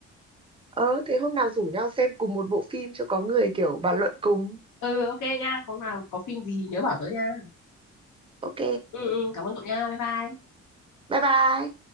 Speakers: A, on the right (about 20°); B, on the left (about 75°).
A: ờ thế hôm nào rủ nhau xem cùng một bộ phim cho có người kiểu bàn luận cùng
B: ừ ok nha có nào có phim gì thì nhớ bảo tớ nha
A: ok
B: ừ, ừ cảm ơn cậu nha bye bye
A: bye bye